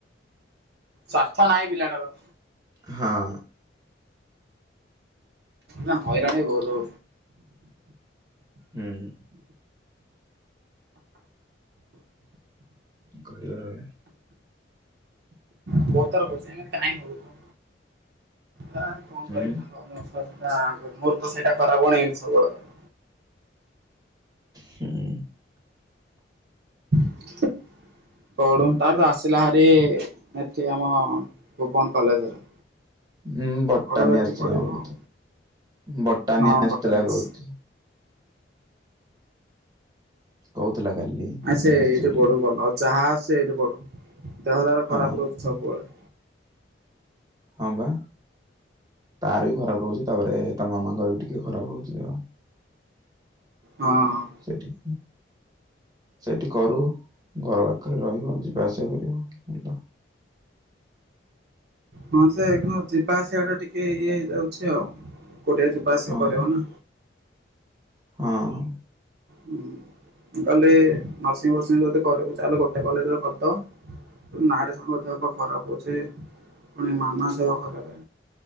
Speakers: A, on the right; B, on the right.
A: ସ୍ୱାର୍ଥ ନାହିଁ ପିଲାଟାର।
B: ହଁ।
A: ନା ହଇରାଣ ବି ବହୁତୁ
B: ହୁଁ। କରିବା ଆଉ।
A: ବହୁତ ଥର <unintelligible> ଟାଇମ ହଉନି। ନ କଣ
B: ହୁଁ
A: କରିବି ସାଙ୍ଗ ମୋର ତ ସେଇଟା <unintelligible> ଏମିତି ସବୁବେଳେ କହିବ।
B: ହୁଁ
A: <inaudible> ପଢୁ ତାର ତ ଆସିଲା ହାରି ଏଠି ଆମ ଭୁବନ କଲେଜରେ।
B: ହଁ ବଟାନି
A: ପଢୁ ଏଠି
B: ଆସିଛି
A: ପଢିବ
B: ନା କ କହୁଥି
A: ଆଉ
B: ବଟାନିଆ
A: ହଁ
B: ଆସିଥିଲା
A: ପଟାନିସ୍
B: କହୁଥି କହୁଥିଲା କାଲି ବଟାନି
A: ଆଛ ସେ ଏଇଠି
B: ଆସିଛି ବୋଲି
A: ପଢୁ ଭଲ ଯାହା ଆସୁଚି ଏଇଠି ପଢୁ। ଦେହ ତାର
B: ହଁ
A: ଖରାପ ରହୁଛି ସବୁବେଳେ।
B: ହଁ ବା। ତାର ବି ଖରାପ ରହୁଛି ତାପରେ ତା ମାମାଙ୍କର ବି ଟିକେ ଖରାପ ରହୁଛି ତ।
A: ହଁ।
B: ସେଇଠି ସେଇଠି କରୁ ଘର ପାଖରେ ରହିବ, ଯିବା ଆସିବା କରିବ। <unintelligible>
A: ହଁ ସେ କିନ୍ତୁ ଯିବା ଆସିବା ଟା ଟିକେ ଇଏ ହେଇଯାଉଛି ଆଉ କୋଡି ଯିବା ଆସିବା
B: ହଁ
A: କରିବ ନା
B: ହଁ।
A: ହୁଁ କାଲି ନର୍ସିଂ ଫର୍ସିଂ ଯଦି କରିବୁ, ତାହଲେ ଗୋଟେ କଲେଜରେ କରିଦବ। ନାରେ ସାଙ୍ଗ ତ ଦେହ ଫେ ଖରାପ ହଉଛି, ପୁଣି ମାମା ସହ ଖରାପେ।